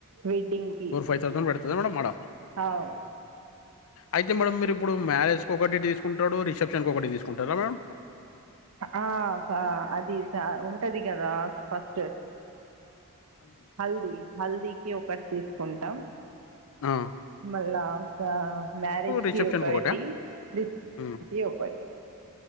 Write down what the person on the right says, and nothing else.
వెడ్డింగ్ కి
అవ్
ఆ అది ఉంటది కదా ఫస్ట్ హల్దీ, హల్దీకి ఒకటి తీసుకుంటాం.
మళ్ళా ఒక మ్యారేజ్
కి ఒకటి
రిసెప్షన్
కి ఒక ఒకటి.